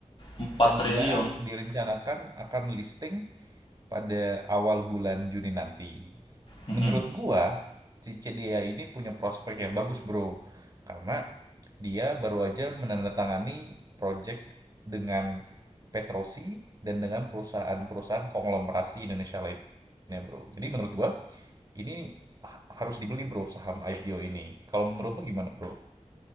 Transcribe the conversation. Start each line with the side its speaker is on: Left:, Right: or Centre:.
Left: empat
Right: Dan
Left: triliun.
Right: dia direncanakan akan listing pada awal bulan Juni nanti.
Left: Mm-mm.
Right: Menurut gua, si Cedia ini punya prospek yang bagus, Bro. Karena dia baru aja menandatangani project dengan Petrosi dan dengan perusahaan-perusahaan konglomerasi Indonesia lainnya, Bro. Jadi menurut gua, ini harus dibeli, Bro, saham IPO ini. Kalau menurut lu gimana, Bro?